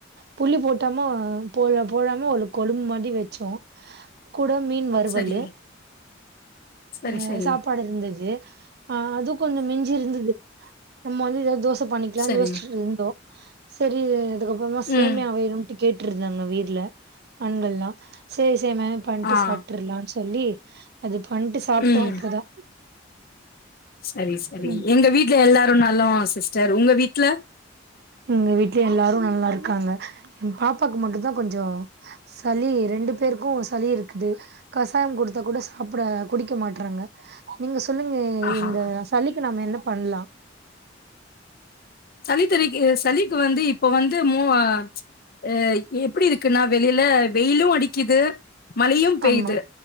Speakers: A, on the right; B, on the left.
A: புள்ளி போட்டாம போல போடாம ஒரு கொழும்ப் மாத்ரி வெச்சோ கூட மீன் வறுவல்லு
B: சரி சரி
A: ஆ
B: சரி
A: சாப்பாடு இருந்துச்சி அ அது கொஞ்சோ மிஞ்சி இருந்துது நம்ம வந்து எதாது தோச பண்ணிக்லான்
B: சரி
A: யோசிச்சுட்டு இருந்தோ சரி அதுக்கப்றமா சேமியா
B: ம்
A: வேணுன்டு கேட்ருந்தாங்க வீட்ல ஆண்கள்லா சேரி சேமியாவே பண்ட்டு
B: ஆ
A: சாப்ட்ருல்லா சொல்லி அது பண்ணிட்டு சாப்ட்டோ
B: ம்
A: இப்போதா
B: சரி சரி
A: ம்
B: எங்க வீட் ல எல்லாரு நலோ சிஸ்டர் ஒங்க வீட்ல
A: எங்க வீட்லியு எல்லாரு நல்லாருக்காங்க என் பாப்பாக்கு மட்டுந்தா கொஞ்ச சளி ரெண்டு பேருக்கு சளி இருக்குது கசாயம் குடுத்தா கூட சாப்ட குடிக்க மாட்றாங்க நீங்க சொல்லுங்க அ
B: ஆஹா
A: இந்த சளிக்கு நம்ம என்ன பண்லா
B: சளி தலிக்கு சளிக்கு வந்து இப்போ வந்து மோ அ எப்டி இருக்குன்னா வெளில வெயிலு அடிக்குது மழையு பெய்து
A: ஆமா